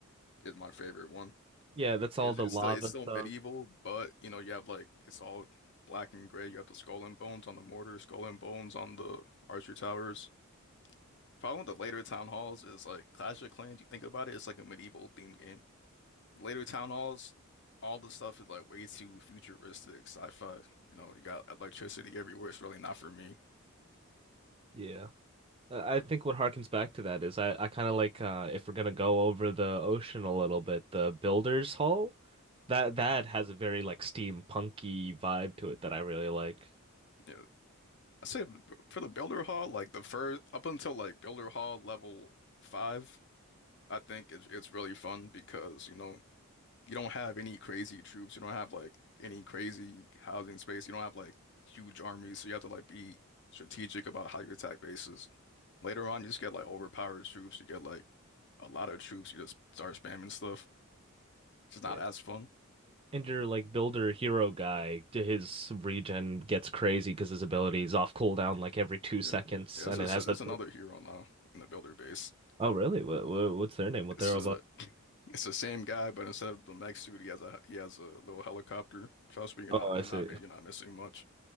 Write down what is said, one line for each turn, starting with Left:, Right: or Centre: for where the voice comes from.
Left: is my favorite one.
Right: Yeah, that's all
Left: It's,
Right: the
Left: it's
Right: lava
Left: still it's still
Right: stuff.
Left: medieval, but you know you have like it's all black and gray. You have the skull and bones on the mortar, skull and bones on the archer towers. Problem with the later town halls is like Clash of Clans. You think about it, it's like a medieval themed game. Later town halls, all the stuff is like way too futuristic, sci-fi. You know, you got electricity everywhere. It's really not for me.
Right: Yeah. I I think what harkens back to that is I, I kind of like uh, if we're gonna go over the ocean a little bit, the Builder's Hall, that that has a very like steampunky vibe to it that I really like.
Left: Yeah, I say for the Builder Hall, like the first up until like Builder Hall level five, I think it's it's really fun because you know you don't have any crazy troops, you don't have like any crazy housing space, you don't have like huge armies, so you have to like be strategic about how you attack bases. Later on, you just get like overpowered troops, you get like a lot of troops, you just start spamming stuff. It's just not
Right: Yeah.
Left: as fun.
Right: and your like builder hero guy, his regen gets crazy because his ability is off cooldown like every two seconds,
Left: Yeah, yeah. This
Right: and
Left: is
Right: it has
Left: there's
Right: a.
Left: another hero now in the Builder base.
Right: Oh really? What, what what's their name? What
Left: It's
Right: they're
Left: a
Right: about?
Left: it's the same guy, but instead of the mech suit, he has a he has a little helicopter. Trust me, you're
Right: Oh,
Left: not
Right: I
Left: you're
Right: see.
Left: not mi- you're not missing much.